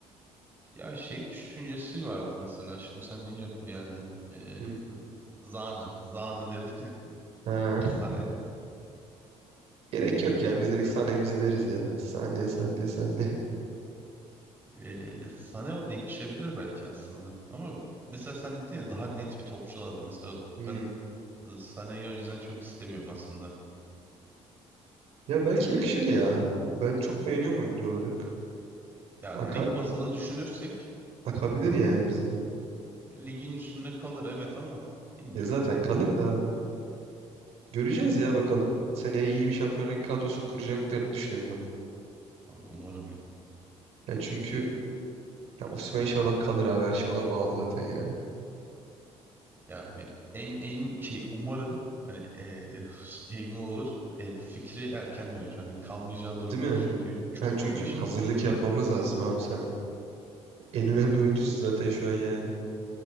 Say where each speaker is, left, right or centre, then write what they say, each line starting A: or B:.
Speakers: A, on the right; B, on the right.
A: Ya şey düşüncesi vardı mesela. Şimdi sen deyince aklıma geldi. Ee,
B: Hı.
A: Zanı. Zanı diyorlar ya.
B: Ha.
A: <laughs> Sane.
B: Gerek
A: Ee,
B: yok ya.
A: ama-
B: Biz direkt sahnemizi deriz ya. Sahne sahne sahne.
A: ee, Sane o- yakışabilir belki aslında. Ama mesela sen dedin ya daha net bir topçu lazım. Mesela
B: Hmm.
A: ben e, Sane'yi o yüzden çok istemiyorum aslında.
B: Ya belki yakışır ya. Ben çok beğeniyorum oyuncu olarak.
A: Ya
B: Akar,
A: lig bazında düşünürsek
B: akabilir yani bize.
A: ligin üstünde kalır evet ama bilmiyorum
B: Ya zaten
A: ya.
B: kalır da abi. Göreceğiz ya bakalım. Seneye iyi bir Şampiyonlar Ligi kadrosunu kuracaklarını düşünüyorum ben.
A: Abi umarım ya.
B: Ya çünkü ya Osimhen inşallah kalır abi. Her şey ona bağlı zaten ya.
A: Ya ben en, en şey umarım hani e, şey mi olur e, bu fikri erken verir. Hani kalmayacağı durumda
B: Değil mi?
A: da çünkü çok
B: Ha çünkü
A: fazla iş
B: hazırlık
A: var.
B: yapmamız lazım abi sen. En önemli oyuncusun zaten şu an yani.